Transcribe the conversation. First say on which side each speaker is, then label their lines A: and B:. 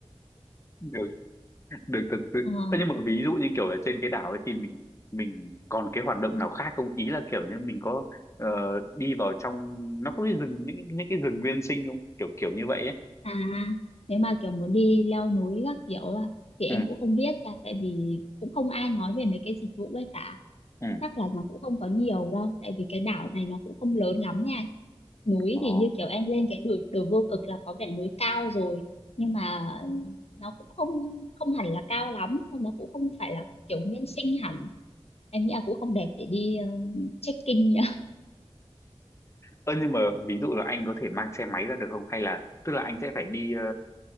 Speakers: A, on the left (about 25°); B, on the left (about 70°).
A: được được thật sự
B: <laughs> Ờ,
A: Ơ, nhưng mà ví dụ như kiểu là trên cái đảo ấy thì mình mình còn cái hoạt động nào khác không ý là kiểu như mình có ờ, đi vào trong nó có cái rừng những những cái rừng nguyên sinh không kiểu kiểu như vậy ấy
B: à nếu mà kiểu muốn đi leo núi các kiểu à, thì em
A: ừ
B: cũng không biết nha tại vì cũng không ai nói về mấy cái dịch vụ ấy cả
A: ừ
B: chắc là nó cũng không có nhiều đâu tại vì cái đảo
A: ừ
B: này nó cũng không lớn lắm ấy anh núi
A: ờ
B: thì như kiểu em lên cái đồi đồi vô cực là có vẻ núi cao rồi nhưng mà nó cũng không không hẳn là cao lắm nó cũng không phải là kiểu nguyên sinh hẳn em nghĩ là cũng không đẹp để đi ờ, trekking nhá
A: Ơ nhưng mà ví dụ là anh có thể mang xe máy ra được không? Hay là tức là anh sẽ phải đi ờ,